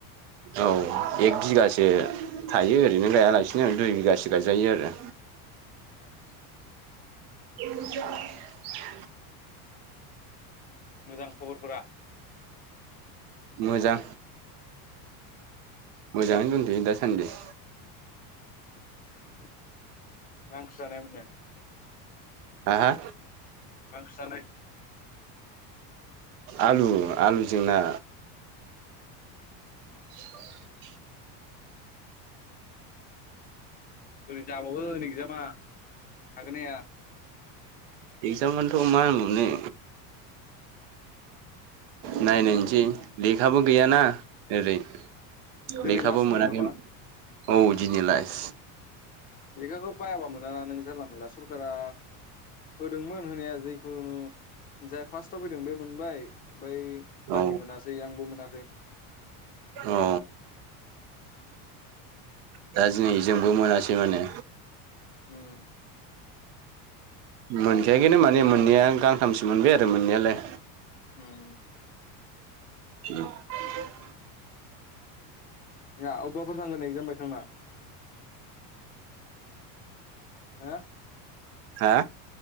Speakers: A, on the right; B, on the left.
A: औ एक बिगासो थायो ओरैनो गायालासिनो दुइ बिगासो गायजायो आरो।
B: आतसा
A: <inaudible>
B: मोजां खबरफोरा?
A: मोजां मोजाङै दंथयो दासान्दि।
B: <inaudible> मा ओंख्रि जानामोन नों?
A: हा हा?
B: मा ओंख्रि जानाय?
A: आलु आलुजों ना। <inaudible>
B: बोरै जाबावगोन एगजामा हागोना हाया?
A: एकजामानथ' मा होनबावनो। नायनायनोसै लेखाबो गैयाना ओरै
B: दिनै
A: लेखाबो
B: लास्ट होनो
A: मोनाखै
B: नामा
A: औ दिनै लास।
B: लेखाखौ बायाबा मोनाना नों जानला मोनला। सरखारा होदोंमोन होनाया जे खुनु जाय फार्स्टाव फैदों बे मोनबाय, ओमफ्राय
A: औ
B: बाखि मोनासै आंबो मोना खै
A: औ दा दिनै जोंबो मोनासै माने।
B: उम
A: मोनखायाखैनो माने मोननाया आं गांथामसो मोनबाय आरो मोननायालाय।
B: ओम
A: <inaudible>
B: ना अबेबाफोर थांगोन एगजाम बायखांना? हा?
A: हा?